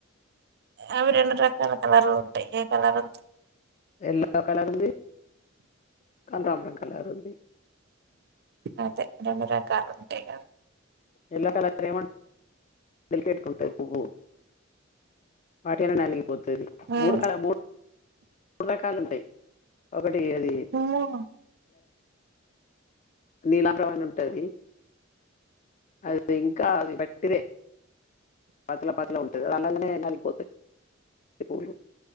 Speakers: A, on the right; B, on the left.
A: అవి రెండు రకాల కలర్లు ఉంటాయి ఏ కలర్
B: ఎల్లో కలర్ ఉంది కనకాంబరం కలర్ ఉంది
A: అదే రెండు రకాలు ఉంటాయి
B: ఎల్లో కలర్ ఏమంటారు పిలికెట్టుకుంటాయి పువ్వు వట్టిగనే నలిగిపోతుంది
A: మ్మ్
B: మూడు కాడ మూడు మూడు రకాలు ఉంటాయి ఒకటి అది
A: మ్మ్
B: నీలాబ్రమణ ఉంటది అది ఇంకా అది బట్టిదే పాతల పాతల ఉంటుంది అలాగనే నలిగిపోతుంది పూలు